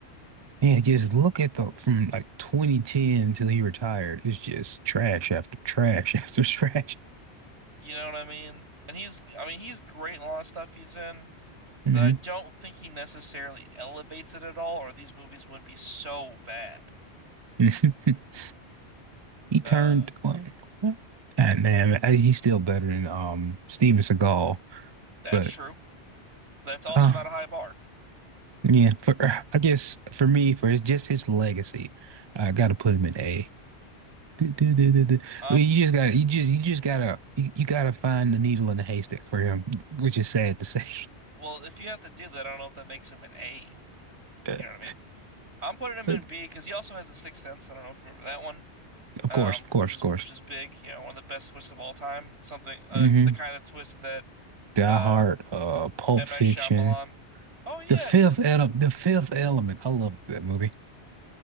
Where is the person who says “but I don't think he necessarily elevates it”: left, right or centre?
Right